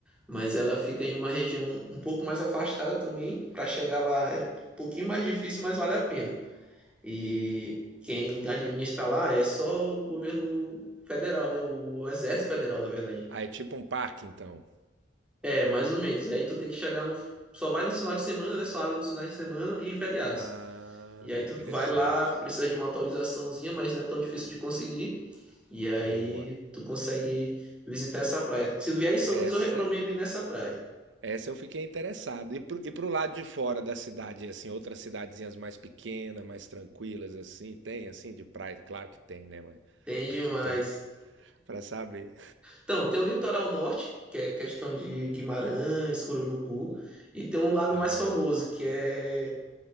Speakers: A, in the centre; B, on the right.
A: mas ela fica em uma região um pouco mais afastada também. Para chegar lá é um pouquinho mais difícil, mas vale a pena. E quem administra lá é só o governo federal, né? O Exército Federal, na verdade.
B: Ah, é tipo um parque, então.
A: É, mais ou menos. E aí tu tem que chegar no. Só vai no final de semana, né? Só abre no final de semana e feriados.
B: Ah,
A: E aí
B: interessante.
A: tu vai lá, tu precisa de uma autorizaçãozinha, mas não é tão difícil de conseguir. E aí
B: Boa.
A: tu consegue visitar essa praia. Se vier em São
B: Essa,
A: Luís, eu recomendo ir nessa praia.
B: essa eu fiquei interessado. E pro, e pro lado de fora da cidade, assim, outras cidadezinhas mais pequenas, mais tranquilas, assim, tem, assim, de praia? Claro que tem, né? Mas
A: Tem
B: tô
A: demais.
B: <laughs> perguntando pra saber.
A: Então, tem o litoral norte, que é questão de Guimarães, Cururupu, e tem um lado
B: Ah,
A: mais famoso, que é